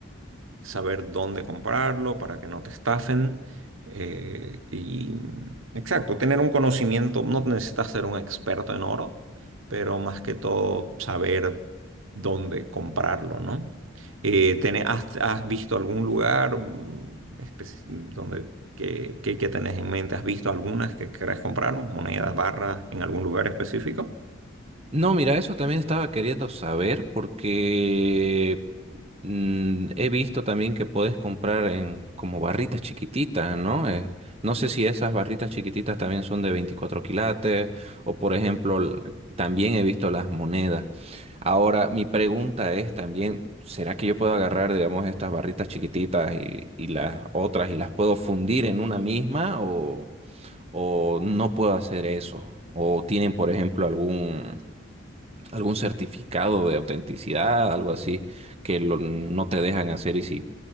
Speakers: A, on the right; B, on the right.
A: saber dónde comprarlo para que no te estafen. eh, y exacto, tener un conocimiento, no necesitas ser un experto en oro, pero más que todo saber dónde comprarlo, ¿no? Eh, tené- has, has visto algún lugar mm, especi- donde que, que, que tenés en mente? ¿Has visto algunas que querés comprar, monedas, barras, en algún lugar específico?
B: No, mira, eso también estaba queriendo saber porque mm, he visto también que puedes comprar en como barritas chiquititas, ¿no? Eh, no sé si esas barritas chiquititas también son de 24 quilates o por ejemplo, l- también he visto las monedas. Ahora, mi pregunta es también, ¿será que yo puedo agarrar, digamos, estas barritas chiquititas y, y las otras y las puedo fundir en una misma o, o no puedo hacer eso? ¿O tienen, por ejemplo, algún algún certificado de autenticidad, algo así, que lo- no te dejan hacer y si